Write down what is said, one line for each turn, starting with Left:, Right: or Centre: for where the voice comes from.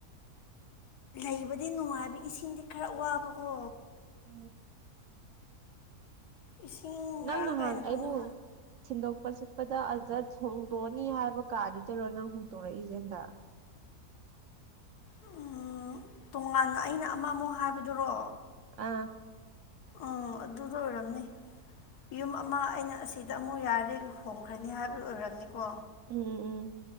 Left: ꯂꯩꯕꯗꯤ ꯅꯨꯡꯉꯥꯏꯕ ꯏꯁꯤꯡꯗꯤ ꯈꯔ ꯋꯥꯕꯀꯣ
Right: ꯑ
Left: ꯏꯁꯤꯡ ꯃꯔꯥꯡ
Right: ꯅꯪ ꯅꯍꯥꯟ
Left: ꯀꯥꯏꯅ ꯐꯪꯕ
Right: ꯑꯩꯕꯨ ꯊꯤꯟꯗꯣꯛꯄ ꯆꯠꯄꯗ ꯑꯖꯠ ꯍꯣꯡꯗꯣꯛꯑꯅꯤ ꯍꯥꯏꯕ ꯀꯥꯗꯨꯗꯔꯣ ꯅꯪ ꯍꯣꯡꯇꯣꯔꯛꯏꯁꯦ ꯍꯟꯗꯛ
Left: ꯎꯝ ꯇꯣꯉꯥꯟꯅ ꯑꯩꯅ ꯑꯃ ꯑꯃꯨꯛ ꯍꯥꯏꯕꯗꯨꯔꯣ
Right: ꯑꯥ
Left: ꯑꯣ ꯑꯗꯨꯗ ꯑꯣꯏꯔꯝꯅꯤ ꯌꯨꯝ ꯑꯃ ꯑꯩꯅ ꯑꯁꯤꯗ ꯑꯃꯨꯛ ꯌꯥꯔꯗꯤ ꯍꯣꯡꯈ꯭ꯔꯅꯤ ꯍꯥꯏꯕ ꯑꯣꯏꯔꯝꯅꯤꯀꯣ
Right: ꯎꯝ ꯎꯝ ꯎꯝ